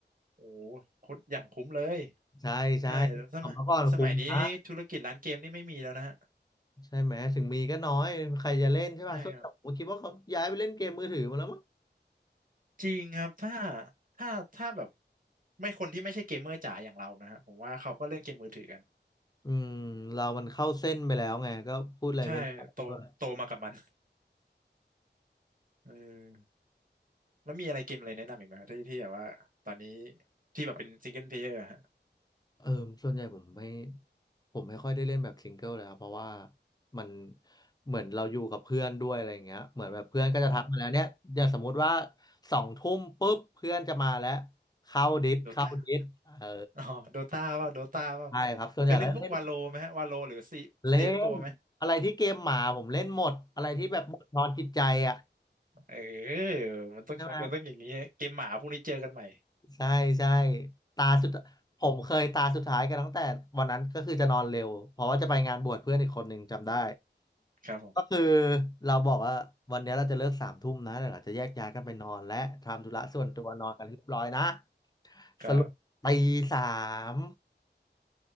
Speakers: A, on the right (about 50°); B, on the left (about 20°).
A: โอ้โหโคตรอย่างคุ้มเลย
B: ใช่ใช่สมัยก่อนคุ้มนะ
A: ใช่แล้วสมัยสมัยนี้ธุรกิจร้านเกมนี่ไม่มีแล้วนะฮะ
B: ใช่ไหมถึงมีก็น้อยใครจะเล่นใช่ป่ะส่วนใหญ่ผมคิดว่าเขาย้ายไปเล่นเกมมือถือมาแล้วมั้ง
A: ใช่ครับจริงครับถ้าถ้าถ้าแบบไม่คนที่ไม่ใช่เกมเมอร์จ๋าอย่างเรานะฮะผมว่าเขาก็เล่นเกมมือถือกัน
B: อืมเรามันเข้าเส้นไปแล้วไงก็พูดอะไรไม่ได้ก็
A: ใช่โตโตมากับมันเออแล้วมีอะไรเกมอะไรแนะนำอีกไหมครับที่ที่แบบว่าตอนนี้ที่แบบเป็นซิงเกิลเพลเยอร์ฮะ
B: เออส่วนใหญ่ผมไม่ผมไม่ค่อยได้เล่นแบบซิงเกิลเลยครับเพราะว่ามันเหมือนเราอยู่กับเพื่อนด้วยอะไรอย่างเงี้ยเหมือนแบบเพื่อนก็จะทักมาแล้วเนี่ยอย่างสมมุติว่า
A: อ๋อ
B: สองทุ่มปุ๊บเพื่อนจะมาแล้วเข้าดิสเข้าดิสเออ
A: โดตาอ๋อโดตาเปล่าโดตาเปล่า
B: ใช่ครับส่วนใหญ่ก็เล่น
A: เคยเล่นพวกวาโลไหมฮะวาโลหรือซีซีเอสโกไหม
B: เล่นอะไรที่เกมหมาผมเล่นหมดอะไรที่แบบบั่นทอนจิตใจอ่ะ
A: เออมันต้องมันต้องอย่างนี้ฮะเกมหมาพวกนี้เจอกันใหม่
B: ใช่ไหม ใช่ใช่ตาสุดผมเคยตาสุดท้ายกันตั้งแต่วันนั้นก็คือจะนอนเร็วเพราะว่าจะไปงานบวชเพื่อนอีกคนหนึ่งจำได้
A: ครับผม
B: ก็คือเราบอกว่าวันนี้เราจะเลิกสามทุ่มนะเดี๋ยวเราจะแยกย้ายกันไปนอนและทำธุระส่วนตัวนอนกันเรียบร้อยนะ
A: ก็
B: สรุปตีสาม